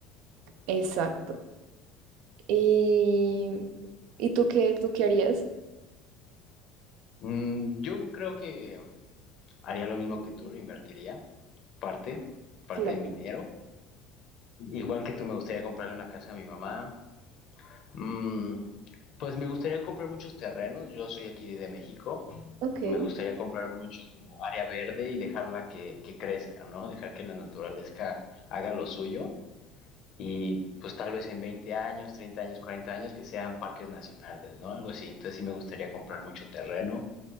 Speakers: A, on the right; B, on the left.
A: exacto. Y, ¿y tú qué, tú qué harías?
B: Mm, yo creo que mm, haría lo mismo que tú, lo invertiría, parte, parte
A: Claro,
B: de mi dinero. Igual que tú, me gustaría comprarle una casa a mi mamá, Mm, pues me gustaría comprar muchos terrenos. Yo soy aquí de México
A: ok.
B: y me gustaría comprar mucho como área verde y dejarla que, que crezca, ¿no? Dejar que la naturaleza haga lo suyo y pues tal vez en 20 años, 30 años, 40 años que sean parques nacionales, ¿no? Algo así. Entonces sí me gustaría comprar mucho terreno